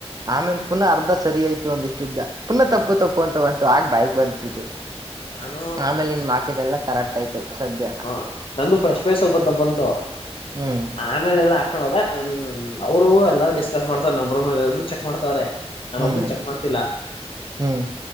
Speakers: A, on the right (about 35°); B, on the left (about 55°).
A: ಆಮೇಲೆ ಪುನಃ ಅರ್ಧ ಸರಿ ಆಯ್ತು ಒಂದಿಷ್ಟುದ್ದ ಪುನಃ ತಪ್ಪು ತಪ್ಪು ತಪ್ಪು ಅಂತ ಬಂತು ಆಗ ಬಾಯ ಬಂದತಿತ್ತು
B: ನಾನು
A: ಆಮೇಲೆ ಇನ್ನ ಬಾಕಿದೆಲ್ಲ ಕರೆಕ್ಟ್ ಆಯ್ತು ಸದ್ಯ
B: ಹಾ ನಂದು ಫಸ್ಟ್ ಪೇಜ್ ಸ್ವಲ್ಪ ತಪ್ಪು ಬಂತು
A: ಹ್ಮ್
B: ಆಮೇಲೆ ಎಲ್ಲ ಹಾಕೊಂಡ್ ಹೋದೆ ಅವರು ಎಲ್ಲ ಡಿಸ್ಕಸ್ ಮಾಡ್ತರೆ ನಮ್ಮ ರೂಮ್ ಅಲ್ಲಿ ಎಲ್ರರು ಚೆಕ್ ಮಾಡ್ತವ್ರೆ ನಾನ್
A: ಹ್ಮ್
B: ಒಬ್ನ ಚೆಕ್ ಮಾಡ್ತಿಲ್ಲ
A: ಹ್ಮ್